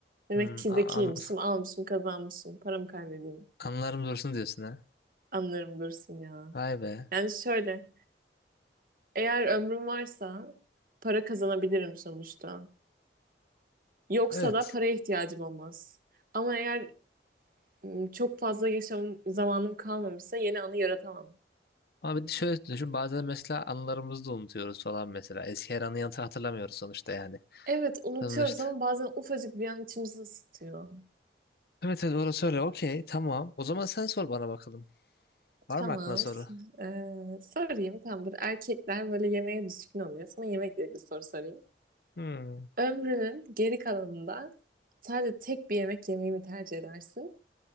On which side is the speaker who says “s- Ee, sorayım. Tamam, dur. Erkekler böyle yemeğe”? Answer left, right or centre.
Right